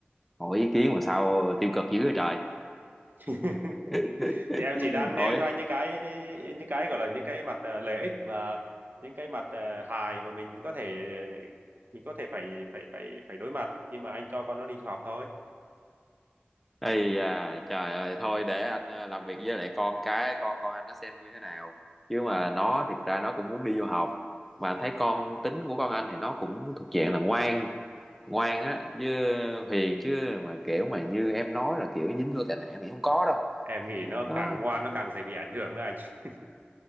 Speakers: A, in the centre; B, on the right.
A: hỏi ý kiến mà sao tiêu cực dữ vậy trời
B: <laughs>
A: <laughs>
B: thì em chỉ đang
A: thôi
B: nêu cho anh những cái những cái gọi là những cái mặt ờ, lợi ích và những cái mặt ờ, hài mà mình có thể mình có thể phải phải phải phải đối mặt khi mà anh cho con nó đi học thôi
A: Ây à, trời ơi, thôi để anh ờ, làm việc với lại con cái, con con anh nó xem như thế nào. Chứ mà nó thiệt ra nó cũng muốn đi du học. Mà anh thấy con tính của con anh thì nó cũng thuộc dạng là ngoan, ngoan á, chứ hiền chứ mà kiểu mà như em nói là kiểu dính vô tệ nạn thì không có đâu.
B: em nghĩ nó
A: Nó,
B: càng ngoan nó càng dễ bị ảnh hưởng đó anh <laughs>